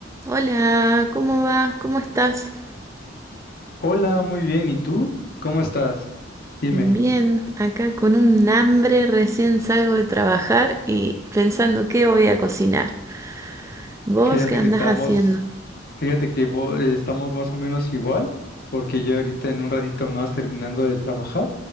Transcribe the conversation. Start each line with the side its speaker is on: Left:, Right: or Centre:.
Right: Hola, ¿cómo vas? ¿Cómo estás?
Left: Hola, muy bien. ¿Y tú? ¿Cómo estás? Dime,
Right: Bien, acá con un hambre, recién salgo de trabajar y pensando qué voy a cocinar. ¿Vos
Left: fíjate
Right: qué andás
Left: que estamos,
Right: haciendo?
Left: fíjate que vo- eh, estamos más o menos igual, porque yo ahorita en un ratito más terminando de trabajar.